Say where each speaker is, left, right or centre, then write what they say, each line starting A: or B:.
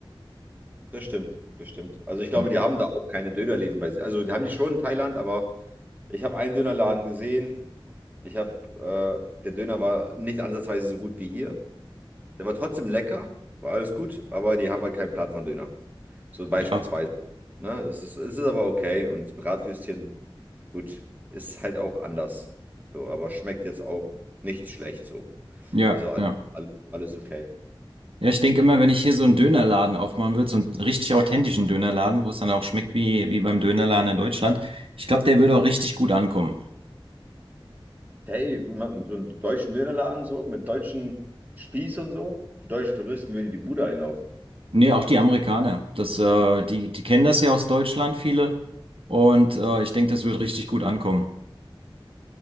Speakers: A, on the right; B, on the right.
A: Das stimmt, das stimmt. Also ich glaube,
B: Ja.
A: die haben da auch keine Dönerläden bei sich. Also die haben die schon in Thailand, aber ich habe einen Dönerladen gesehen. Ich habe, äh, der Döner war nicht ansatzweise so gut wie hier. Der war trotzdem lecker, war alles gut, aber die haben halt keinen Plan von Döner. So beispielsweise.
B: Ja,
A: Ne? Das ist, es ist aber okay. Und Bratwürstchen, gut, ist halt auch anders. So, aber schmeckt jetzt auch nicht schlecht so.
B: ja,
A: Also alles,
B: ja.
A: alles, alles okay.
B: Ja, ich denke immer, wenn ich hier so einen Dönerladen aufmachen würde, so einen richtig authentischen Dönerladen, wo es dann auch schmeckt wie, wie beim Dönerladen in Deutschland, ich glaube, der würde auch richtig gut ankommen.
A: Hey, man- so einen deutschen Dönerladen so, mit deutschen Spieß und so. Die deutschen Touristen würden die Bude einlaufen.
B: Nee, auch die Amerikaner. Das, äh, die, die kennen das ja aus Deutschland, viele. Und äh, ich denke, das wird richtig gut ankommen.